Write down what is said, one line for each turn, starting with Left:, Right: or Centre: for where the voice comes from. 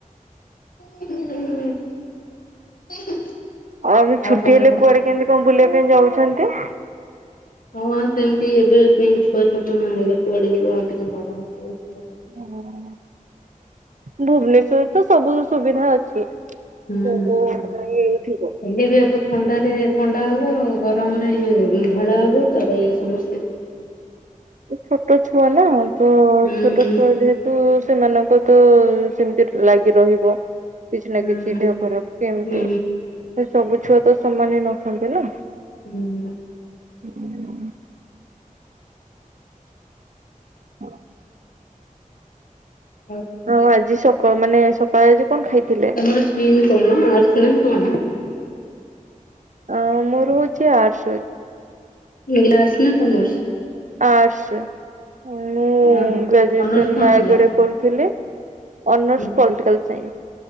Left: <unintelligible>
Right: ଆଉ ଆମେ ଛୁଟି
Left: କଣ
Right: ହେଲେ
Left: କହ
Right: କୁଆଡେ କେମିତି ଙ୍କ ବୁଲିବା ପାଇଁ ଯାଉଛନ୍ତି
Left: ହଁ ଆଉ ସେମିତି ଏବେ ପାଇଁ ଛୁଆ ଛୋଟ ନା ଏବେ କୁଆଡେ ଯିବ ଆଉ ଟିକେ ବଡ ହେଲେ ଯିବ।
Right: <inaudible> ଭୁବନେଶ୍ଵରରେ ତ ସବୁ ସୁବିଧା ଅଛି ସବୁ
Left: ହୁଁ ହୁଁ।
Right: ଇଥିବ
Left: ହେଲେ ବି ଆକୁ ଥଣ୍ଡାରେ ଥଣ୍ଡା ହବ ଆଉ ଗରମରେ ଝାଡା ହବ ତାର ଏଇ ସମସ୍ୟା
Right: ଛୋଟା ଛୁଆ ନା ତ
Left: ହୁଁ
Right: ଛୋଟ ଛୁଆ ଯେହେତୁ ତ ସେମାନଙ୍କ ତ ସେମିତି ଲାଗି ରହିବ। କିଛି ନା
Left: ହୁଁ
Right: କିଛି ଦେହ ଖରାପ କେମିତି
Left: ହୁଁ
Right: ସବୁ ଛୁଆ ତ ସମାନ ନଥାନ୍ତି ନା।
Left: ହୁଁ
Right: ହୁଁ <inaudible>
Left: କଣ
Right: ଆଉ
Left: କୁହ?
Right: ଆଜି ସକ ମାନେ ସକାଳେ ଆଜି କଣ ଖାଇଥିଲେ?
Left: <unintelligible>
Right: ଅ ମୋର ହଉଛି ଆର୍ଟ୍ସ
Left: ଆର୍ଟ୍ସ ନା କମର୍ସ।
Right: ଆର୍ଟସ୍ ମୁଁ
Left: ଓହୋ
Right: ଗ୍ରାଜୁଏସନ
Left: ଅନର୍ସ କଣ
Right: ନୟାଗଡ଼ରେ
Left: ଥିଲା?
Right: କରୁଥିଲି। ଅନର୍ଷ
Left: ହୁଁ
Right: ପଲିଟିକାଲ ସାଇନ୍ସ।